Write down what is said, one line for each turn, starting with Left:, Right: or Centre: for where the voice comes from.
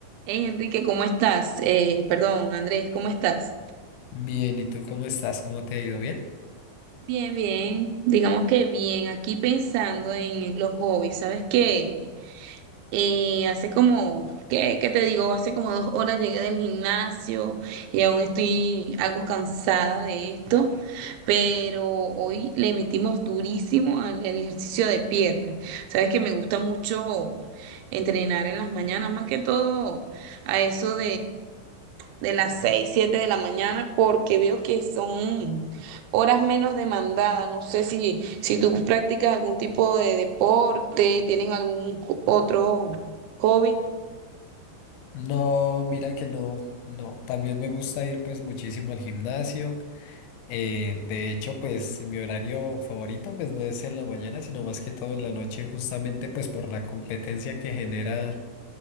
Right: Hey Enrique, ¿cómo estás? Eh, perdón, Andrés, ¿cómo estás?
Left: Bien, ¿y tú cómo estás? ¿Cómo te ha ido? ¿Bien?
Right: Bien, bien, digamos que bien, aquí pensando en los hobbies, ¿sabes qué? Eh, hace como, ¿qué, qué te digo? Hace como dos horas llegué del gimnasio y aún estoy algo cansada de esto, pero hoy le metimos durísimo al, al ejercicio de piernas. ¿Sabes que me gusta mucho entrenar en las mañanas, más que todo a eso de las 6 7 de la mañana, porque veo que son horas menos demandadas. No sé si, si tú practicas algún tipo de deporte, tienen algún otro hobby.
Left: No, mira que no, no. También me gusta ir pues muchísimo al gimnasio. Eh, de hecho, pues mi horario favorito pues no es en la mañana, sino más que todo en la noche, justamente pues por la competencia que genera